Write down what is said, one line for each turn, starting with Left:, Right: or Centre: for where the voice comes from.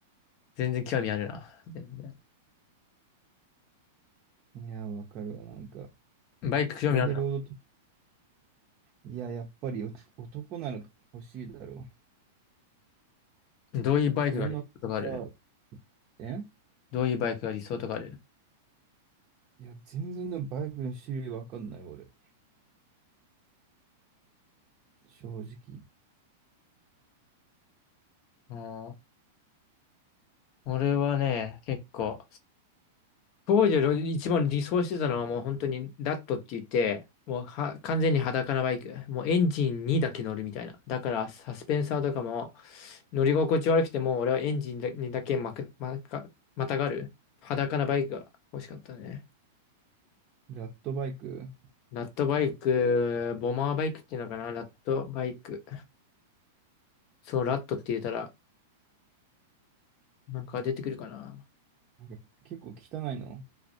Left: 全然興味あるな。全然
Right: いや、わかるわ、なんか。
Left: バイク興味ある
Right: それでロードと、いや、やっぱりお男なら欲しいだろう。
Left: のどういうバイクが理想とかある
Right: それのさ、え
Left: どういうバイクが理想とかある
Right: いや、全然のバイクの種類わかんない、俺。正直。
Left: うん俺はね、結構、当時の一番理想してたのはもう本当にラットって言って、もうは完全に裸なバイク。もうエンジンにだけ乗るみたいな。だからサスペンサーとかも乗り心地悪くてもう俺はエンジンにだけまく、まか、またがる裸なバイクが欲しかったね。
Right: ラットバイク。
Left: ラットバイク、ボマーバイクっていうのかなラットバイク。そう、ラットって言ったらなんか出てくるかな。
Right: なんか結構汚いの。